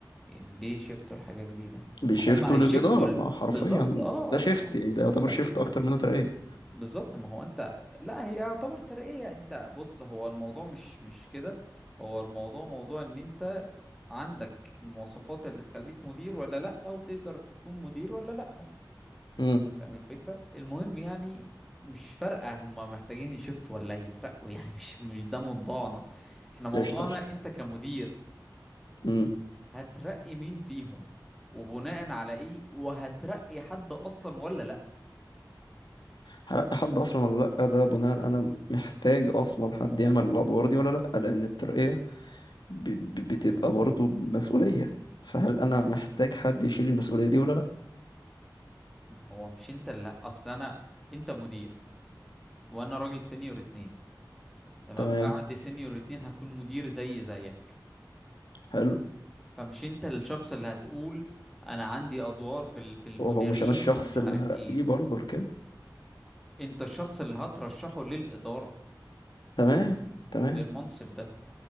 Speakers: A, in the centre; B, on the left (about 70°).
A: يعني ليه شفتوا لحاجة جديدة
B: بيشفتوا
A: ما هم هيشفتوا
B: للإدارة
A: ال-
B: ما حرفيا
A: بالظبط اه
B: ده شيفت
A: اه ما-
B: يعني ده يعتبر
A: أيوة.
B: شيفت أكتر منه ترقية
A: بالظبط ما هو انت لا هي يعتبر ترقية انت بص هو الموضوع مش مش كده هو الموضوع موضوع ان انت عندك المواصفات اللي تخليك مدير ولا لا او تقدر تكون مدير ولا لا
B: امم
A: فاهم الفكرة المهم يعني مش فارقة هما محتاجين يشفتوا ولا يترقوا يعني <laughs> مش مش ده موضوعنا احنا موضوعنا
B: قشطة قشطة
A: انت كمدير
B: امم
A: هترقي مين فيهم وبناء على ايه وهترقي حد اصلا ولا لا
B: هرقي حد أصلا ولا لأ ده بناء أنا محتاج أصلا حد يعمل الأدوار دي ولا لأ لأن الترقية ب- ب- بتبقى برضو مسؤولية فهل أنا محتاج حد يشيل المسؤولية دي ولا لأ
A: هو مش انت اللي لا اصل انا انت مدير وانا راجل سينيور اتنين تمام
B: تمام
A: بعد سينيور اتنين هكون مدير زي زيك
B: حلو
A: فمش انت الشخص اللي هتقول انا عندي ادوار في ال- في المديرين
B: وهو مش أنا الشخص
A: ومش
B: اللي
A: عارف
B: هرقيه
A: ايه
B: برضو لكده
A: انت الشخص اللي هترشحه للاداره
B: تمام تمام
A: للمنصب ده